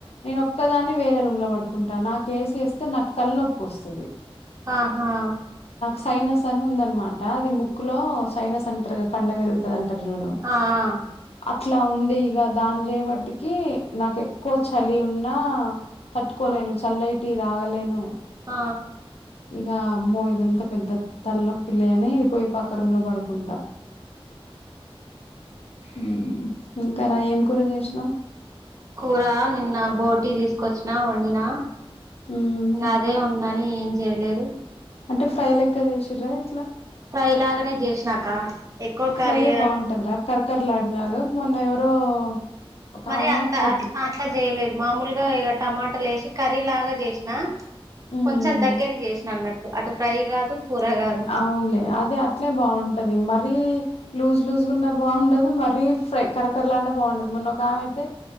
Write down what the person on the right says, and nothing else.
ఆహా
ఆ అ
ఆ
ఆ
కూర నిన్న బోటీ తీసుకొచ్చిన వండిన
అదే ఉందని ఏం చేయలేదు
ఫ్రై లాగానే చేసినాక ఎక్కువ కర్రీ
మరి
అంత
అ అట్లా చేయలేదు మామూలుగా ఇగ టమాటలేసి కర్రీ లాగా చేసిన.
కొంచెం దగ్గరకి చేసిన అన్నట్టు అటు ఫ్రై కాదు కూర కాదు